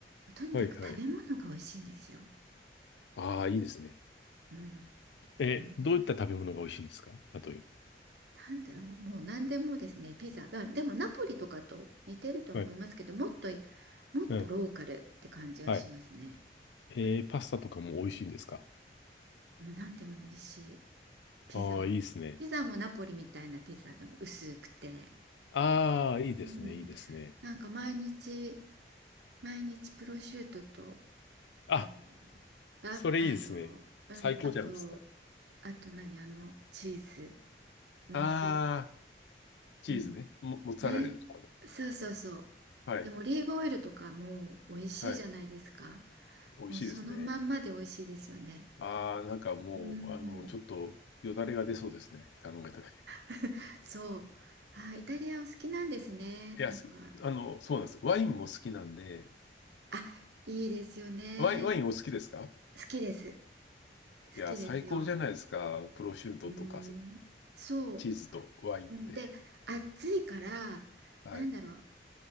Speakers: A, on the right (about 75°); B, on the left (about 80°).
A: とにかく食べ物が美味しいんですよ。
B: はいはい。ああ、いいですね。
A: うん。
B: えー、
A: もう、
B: どういった食べ物が美味しいんですか例え
A: なんだろう、もう何でもですね、ピザ。あ、でもナポリとかと似てると思いますけど、
B: ば。はい。
A: もっと、もっとローカルって感じがしますね。
B: うん。はい。えー、
A: あの、
B: パスタとかも美味しいんですか
A: うん何でも美味しい。ピザも。
B: ああ、いいですね。
A: ピザもナポリみたいなピザの薄くて。
B: ああ、いいですね、
A: うん。
B: いいですね。
A: なんか毎日、毎日プロシュートと
B: あ、
A: あのラフあのうんあと
B: それいいですね。最高じゃないですか。
A: あと何あのチーズモッツァレラ
B: ああ。チーズね。
A: うん
B: モ、モッツァレラとかで。
A: ねそうそうそう
B: はい。
A: でもオリーブオイルとかも美味しいじゃないですか
B: はい。美味しいですね。
A: もうそのまんまで美味しいですよね
B: ああ、なんかもう、
A: うん
B: あの、ちょっとよだれが出そうですね。考えただけ。
A: <laughs> そうあイタリアお好きなんですねなんか
B: いや、すあの、そうなんです。ワインも好きなんで、
A: あいいですよね
B: ワイン、ワインお好きですか
A: 好きです好きですよ
B: いや、最高じゃないですか。プロシュートとか、
A: うんそう
B: そチーズとワインって。
A: うん、で、暑いから、
B: はい。
A: なんだろ